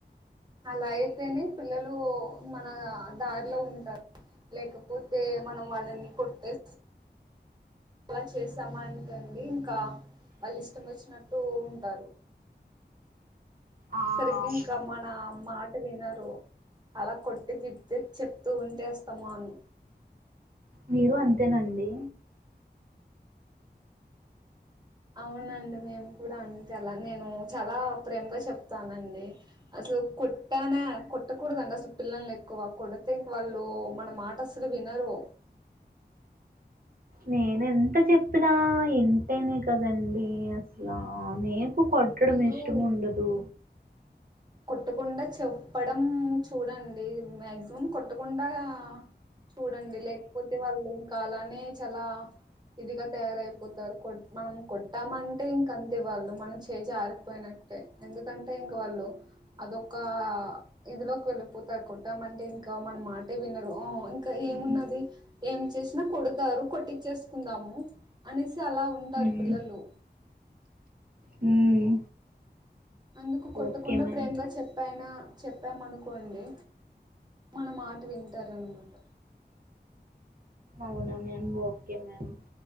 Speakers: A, on the right; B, on the right.
A: అలా అయితేనే పిల్లలు మన దారిలో ఉంటారు. లేకపోతే మనం వాళ్ళని కొట్టేస్ అలా చేసాం అంటె అండి ఇంకా వాళ్ళు ఇష్టం వచ్చినట్టు ఉంటారు.
B: ఆ!
A: సరిగ్గా
B: అవును.
A: ఇంక మన మాట్ వినరు అలా కొట్టి, తిట్టి చెప్తూ ఉంటే అస్తమను.
B: మీరు అంతేనా అండి.
A: అవునండి మేము కూడా అంతే అలా నేను చాలా ప్రేమగా చెప్తానండి. అసలు కొట్టానే కొట్టకూడదండి అసలు పిల్లల్ని ఎక్కువ కొడితే. ఇంక వాళ్ళు మన మాట అసలు వినరు
B: నేనెంత చెప్పినా ఇంటేనే కదండి. అసలా నేన్ కు కొట్టడం
A: మీరు
B: ఇష్టం ఉండదు.
A: కొట్టకుండా చెప్పడం చూడండి. మ్యాక్సిమం కొట్టకుండా చూడండి. లేక్పోతే వాళ్ళు ఇంకా అలానే చాలా ఇదిగా తయారయిపోతారు. కొ మనం కొట్టామంటే ఇంక అంతేవాళ్ళు మనం చేజారిపోయినట్టే ఎందుకంటే. ఇంక వాళ్ళు అదొక ఇదిలోకి వెళ్ళిపోతారు. కొట్టామంటే ఇంకా మన మాటే వినరు ఇంకా
B: హ్మ్.
A: ఏమున్నది. ఏం చేసినా కొడతారు కొట్టిచ్చేసుకుందాము అనేసి అలా ఉంటారు.
B: హ్మ్.
A: పిల్లలు
B: హ్మ్.
A: అందుకు కొట్టకుండా
B: ఓకే మ్యామ్.
A: ప్రేమగా చెప్పానా. చెప్పామనుకోండి. మనం మాట వింటారున్నమాట.
B: అవునా మ్యామ్ ఓకే మ్యామ్